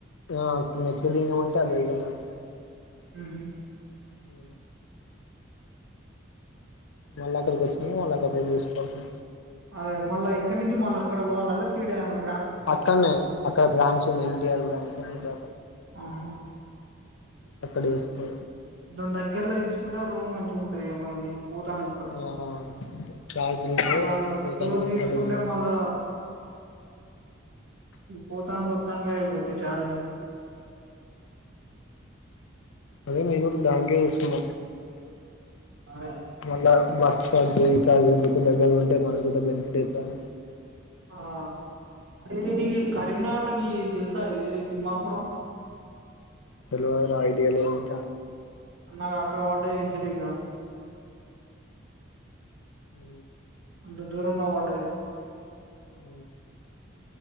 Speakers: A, on the left; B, on the right.
A: ఆ మెట్లుదిగినమొ లె. <unintelligible>
B: ఉహు.
A: హ వాళ్ళ అక్కడ వొచ్చినాక మళ్ళా అక్కడ సేవ్ చేసుకోవచ్చు.
B: అదే మళ్ల ఇక్క నుంచి మళ్ళ అక్కడ పోవాలల్ తిడే అన్నం.
A: అక్కనే అక్కడ బ్రాంచ్ ఉంది ఎన్టీఆర్ బ్రాంచ్ ఇడ.
B: ఆహా
A: అక్కడ వేసుకో.
B: దాని దగ్గరలో తీసుకుంటే రూమ్ మంచిగా ఉ. ఇగ మళ్ల నెక్. పోతానమం కూడా,
A: ఆ చార్జీలు ఉండవు
B: మళ్ళా
A: పోతానికి
B: ఇ దూరం
A: కంఫర్టబుల్
B: తీసుకుంటే
A: ఉండవు
B: మళ్ళా, పోతానికి వొత్తానికి ఆయిపోతాయి ఛార్జీలు.
A: అదే మేము గుడ దానికే చూస్తున్న.
B: అదే.
A: మళ్ళా బస్ స్టాండ్, రీఛార్జ్ ఎందుకు దగ్గర ఉంటే, మనకు బెనిఫిట్ అయితదని అని.
B: ఆ. అదే దిగి కరీంనా. ఇట్లా గి తెల్సా ఇది తిమ్మాపురం.
A: తెలువద్ ఐడియా లేదంతా.
B: నాకు అక్కడ వా. Danger exam.
A: ఉ
B: అంత దూరంలో వడ్డయి.
A: ఉ